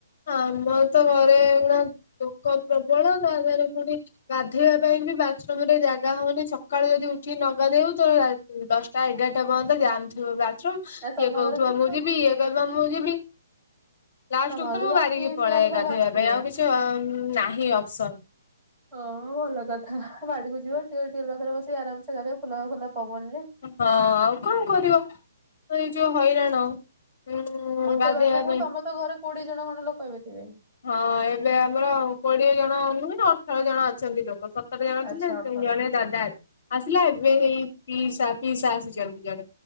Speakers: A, on the left (about 50°); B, on the right (about 15°).
A: ଆମର ତ ଘରେ ଏଇନା ଲୋକ ପ୍ରବଳ ତା ଦେହରେ ପୁଣି ଗାଧୋଇବା ପାଇଁ ବି ବାଥରୁମ ରେ ଜାଗା ହଉନି ସକାଳୁ ଯଦି ଉଠିକି ନ ଗାଧେଇ ଗୁଫ ତ ଦଶଟା ଏଗାରଟା ପର୍ଯ୍ୟନ୍ତ ଯାମ୍ ଥିବ ବାଥରୁମ କିଏ
B: ନା ତମ
A: କହୁଥିବ
B: ଘରେ ତ
A: ମୁଁ ଯିବି ଇଏ ମୁଁ ଯିବି ଲାଷ୍ଟ
B: ତମ
A: କୁ
B: ଘରେ
A: ତ ମୁଁ
B: ତମ
A: ବାାରିକି
B: ପିଇସି
A: ପଳ
B: ମାନେ ସବୁ
A: ଗାଧୋଇବା
B: ଆସିଥିବେ।
A: ପାଇଁ ଆଉ କିଛି ଏତେ ନାହିଁ ଅପସନ୍।
B: ହଁ ହଁ ଭଲ କଥା ବାଡିକୁ ଯିବ ଟ୍ୱିବଲ ଟ୍ୱିବଲ ପାଖରେ ବସିକି ଆରାମରେ ଗାଧୋଇବ ଖୋଲା ଖୋଲା ପବନରେ।
A: ହଁ ଆଉ କଣ କରିବ ଏଇ ଯୋଉ ହଇରାଣ। ଉଁ
B: ଗୋଟେ
A: ଗାଧେଇବା
B: ବାଥରୁମକୁ
A: ପାଇଁ
B: ତମ ଘରେ କୋଡିଏ ଜଣ ଖଣ୍ଡେ ଲୋକ ଏବେ ଥିବେ।
A: ହଁ ଏବେ ଆମର କୋଡିଏ ଜଣ ନୁହେଁ ଅଠର ଜଣ ଅଛନ୍ତି ଲୋକ। <unintelligible>
B: ଆଚ୍ଛା ଅଠର।
A: ପିଇସା ପିଇସା ଆସି ଛନ୍ତି ଜଣେ